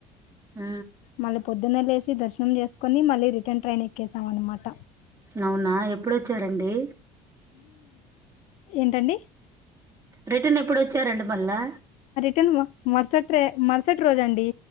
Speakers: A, on the right (about 25°); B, on the left (about 55°).
A: ఆ
B: మళ్ళీ పొద్న్న లేేసి దర్శం చేసుకొని మళ్ళీ రిటర్న్ ట్రైన్ ఎక్కేసాం అనమాట
A: అవునా ఎప్పుడొచ్చారండి
B: ఏంటండి
A: రిటర్న్ ఎప్పుడు వచ్చారండి మళ్ళా
B: తినుమా మర్సట్ రే మరుసటి రోజండి